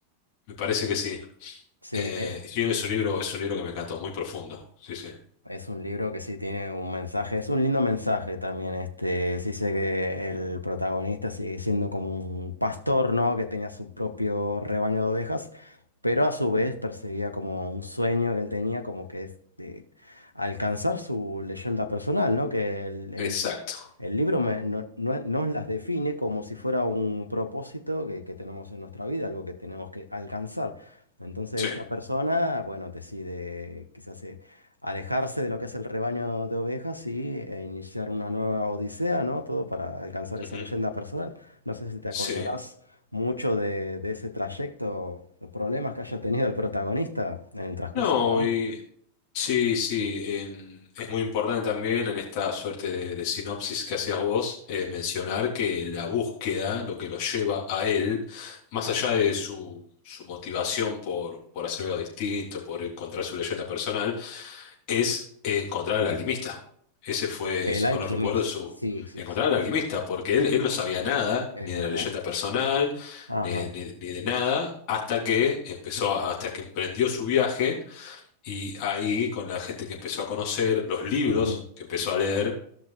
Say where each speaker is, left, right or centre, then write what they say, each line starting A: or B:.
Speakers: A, on the left; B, on the left.
A: Me parece que sí.
B: Sí,
A: Eh,
B: eh,
A: sí, es un libro, es un libro que me encantó, muy profundo. Sí, sí.
B: Es un libro que sí tiene un mensaje, es un lindo mensaje también, este, sí sé que el protagonista sigue siendo como un pastor, ¿no? Que tenía su propio rebaño de ovejas, pero a su vez perseguía como un sueño que él tenía, como que es de alcanzar su leyenda personal, ¿no? Que el, el-
A: Exacto.
B: el libro me- no, no- nos las define como si fuera un propósito que, que tenemos en nuestra vida, algo que tenemos que alcanzar. Entonces
A: Sí.
B: esta persona, bueno, decide quizás alejarse de lo que es el rebaño de ovejas y e iniciar una nueva odisea, ¿no? Todo para alcanzar esa
A: Ujú.
B: leyenda personal. No sé si te
A: Sí.
B: acordarás mucho de, de ese trayecto, los problemas que haya tenido el protagonista en el transcurso
A: No,
B: del camino.
A: y Sí, sí, em, es muy importante también en esta suerte de, de sinopsis que hacías vos, eh, mencionar que la búsqueda, lo que lo lleva a él, más allá de su, su motivación por, por hacer algo distinto, por encontrar su leyenda personal, es encontrar al alquimista. Ese fue,
B: El
A: si
B: alquimista,
A: mal no recuerdo, su
B: sí, sí,
A: encontrar
B: sí,
A: al alquimista, porque él, él no sabía nada,
B: es
A: ni
B: verdad.
A: de la leyenda personal,
B: Ajá.
A: ni, ni- ni de nada, hasta que empezó, a- hasta que emprendió su viaje y ahí, con la gente que empezó a conocer, los libros
B: ujú,
A: que empezó a leer,